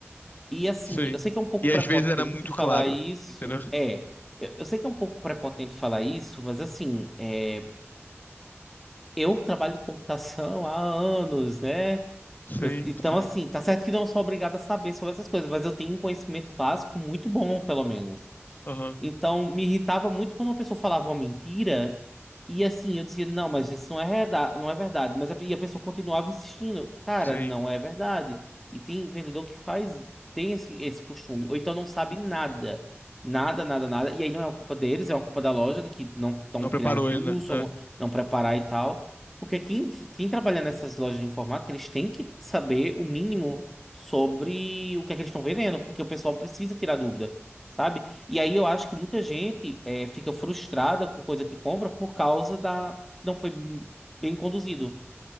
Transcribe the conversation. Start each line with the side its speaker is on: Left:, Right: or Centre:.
Centre: E assim,
Left: sim.
Centre: eu sei que é um pouco
Left: E
Centre: prepotente
Left: às vezes era muito
Centre: falar
Left: claro,
Centre: isso.
Left: entendeu?
Centre: É, eu, eu sei que é um pouco prepotente falar isso, mas assim, é, eu trabalho em computação há anos, né?
Left: Sim,
Centre: Eu- então,
Left: sim.
Centre: assim, tá certo que não sou obrigado a saber sobre essas coisas, mas eu tenho um conhecimento básico muito bom, pelo menos.
Left: Aham,
Centre: Então, me irritava muito quando uma pessoa falava uma mentira e assim, eu dizia, não, mas isso não é, reda- não é verdade. Mas a, e a pessoa continuava insistindo, cara,
Left: sim.
Centre: não é verdade. E tem vendedor que faz, tem esse, esse costume, ou então não sabe nada. Nada, nada, nada. E aí não é uma culpa deles, é uma culpa da loja de que não estão
Left: Não
Centre: criar
Left: preparou
Centre: um curso,
Left: ele, né?
Centre: ou não preparar e tal. Porque quem, quem trabalha nessas lojas de informática, eles têm que saber o mínimo sobre o que é que eles estão vendendo, porque o pessoal precisa tirar dúvida sabe? E aí eu acho que muita gente é, fica frustrada com coisa que compra por causa da. Não foi bem conduzido